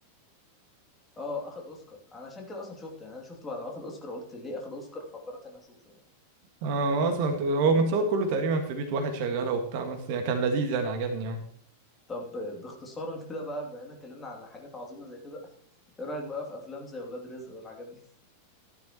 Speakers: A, on the left; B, on the right.
A: اه اخد اوسكار انا عشان كده اصلا شفته يعني انا شفته بعد ما اخد اوسكار قلت ليه اخد اوسكار فقررت ان أنا اشوفه يعني
B: آه هو أصلا هو متصور كله تقريبا في بيت واحد شغالة وبتاع بس يعني كان لذيذ يعني عجبني آه.
A: طب باختصارا <laughs> كده بقى بما اننا اتكلمنا عن حاجات عظيمه زي كده ايه رايك بقى في افلام زي ولاد رزق والحاجات دي